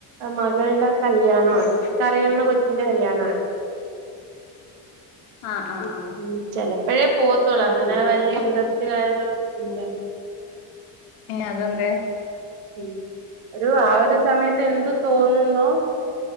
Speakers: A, on the right; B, on the left.
A: മകൾടെ കല്യാണമാണ്
B: ആഹ്
A: എനിക്കറിയാവുന്ന കൊച്ചിന്റെ കല്യാണമാണ്
B: ആഹ് ആഹ് ആഹ്
A: ഉം ചെലപ്പഴേ പോവത്തൊള്ളൂ
B: ആഹ്
A: അങ്ങനെ
B: ആഹ്
A: വല്യ ഇൻട്രസ്റ്റ് കാര്യങ്ങളൊന്നും ഇല്ല
B: അതെന്തേ
A: ഉം ഒരു ആ ഒരു സമയത്ത് എന്ത് തോന്നുന്നോ